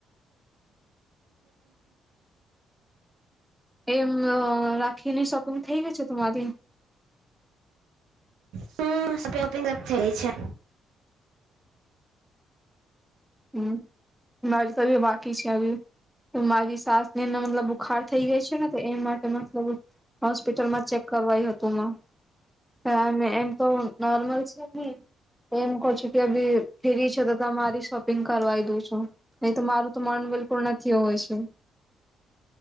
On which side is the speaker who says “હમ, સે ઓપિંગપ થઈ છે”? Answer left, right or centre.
Right